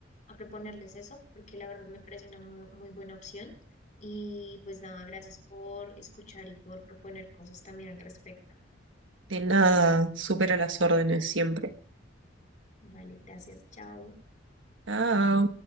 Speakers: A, on the left (about 40°); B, on the right (about 85°).
A: a proponerles eso, porque la verdad me parece una muy, muy buena opción. Y pues nada, gracias por escuchar y por proponer cosas también al respecto.
B: De nada, supera las órdenes siempre.
A: Vale, gracias, chao.
B: Chao.